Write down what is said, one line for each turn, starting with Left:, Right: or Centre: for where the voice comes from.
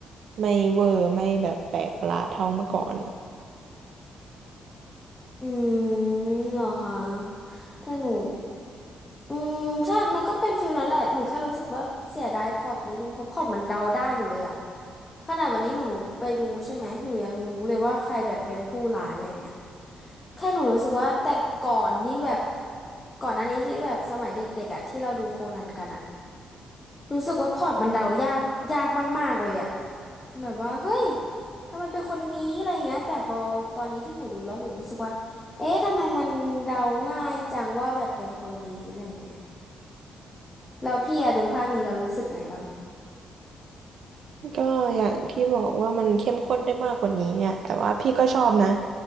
Right: ไม่เวอร์ไม่แบบแปลกประหลาดเท่าเมื่อก่อน
Left: อืมเหรอคะแต่หนูอืมใช่มันก็เป็นฟิลนั้นแหละหนูแค่รู้สึกว่าเสียดายพล็อตนี้นึงเพราะพล็อตมันเดาได้หมดเลยอะขนาดวันนี้หนูไปดูใช่ไหมหนูยังรู้เลยว่าใครแบบเป็นผู้ร้ายอะไรเงี้ยแค่หนูรู้สึกว่าแต่ก่อนนี่แบบก่อนหน้านี้ที่แบบสมัยเด็กๆอะที่เราดูโคนันกันอะ รู้สึกว่าพอร์ตมันเดายากยากมากๆเลยอะแบบว่าเฮ้ยทำไมเป็นคนนี้อะไรเงี้ยแต่พอตอนนี้ที่หนูดูแล้วหนูรู้สึกว่าเอ๊ะทำไมมันเดาง่ายจังว่าแบบเป็นคนนี้อะไรเงี้ยแล้วพี่อะดูภาคนี้เรารู้สึกไงบ้าง
Right: ก็อย่างที่บอกว่ามันเข้มข้นได้มากกว่านี้อ่ะแต่ว่าพี่ก็ชอบนะ